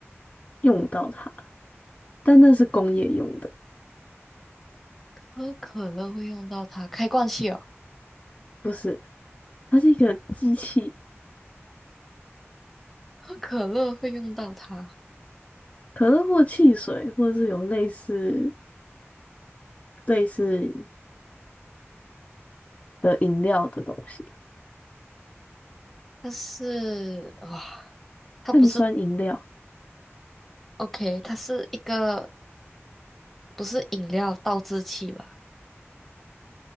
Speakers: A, on the left; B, in the centre.
A: 用到它，但那是工业用的，
B: 喝可乐会用到它，开罐器哦，
A: 不是，它是一个机器，
B: 喝可乐会用到它，
A: 可乐或汽水，或者是有类似类似的饮料的东西，
B: 但是哇，它不是
A: 碳酸饮料。
B: OK，它是一个不是饮料倒置器吧？